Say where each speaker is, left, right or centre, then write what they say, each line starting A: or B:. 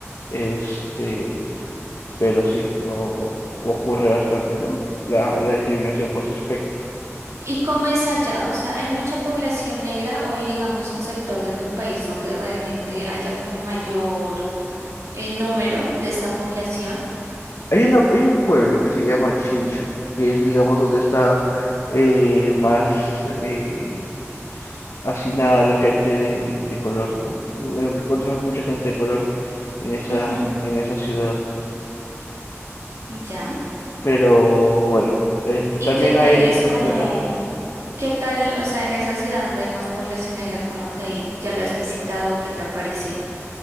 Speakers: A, on the left (about 70°); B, on the right (about 75°).
A: este, pero sí, o- ocurre bastante, ¿no? La, la discriminación por ese aspecto.
B: ¿Y cómo es allá? O sea, ¿hay mucha población negra o hay, digamos, un sector de tu país donde realmente haya como mayor eh, número de esta población?
A: Hay una, hay un pueblo que se llama Chincha, que es, digamos, donde está eh, más eh, hacinada la gente de, de color, ¿no? Encuentras mucha gente de color en esa,
B: Ujú,
A: en esa ciudad.
B: Ya.
A: Pero bueno, este
B: ¿Y
A: también
B: qué tal
A: hay en
B: es
A: las capitales.
B: como, qué tal, o sea, en esa ciudad donde hay más población negra, cómo te ha ido? ¿Ya la has visitado? ¿Qué te ha parecido?